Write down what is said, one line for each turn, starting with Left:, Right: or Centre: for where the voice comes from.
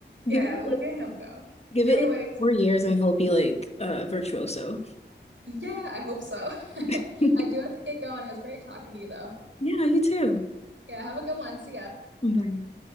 Right: Yeah,
Left: Give it
Right: yeah, look
Left: like
Right: at him go.
Left: give
Right: Anyways,
Left: it like four years and he'll be like a uh, virtuoso.
Right: yeah, I hope so. <laughs>
Left: <laughs> yeah,
Right: I do have to get going. It was great talking to you, though.
Left: you too.
Right: Yeah, have a good one. See ya.
Left: Bye.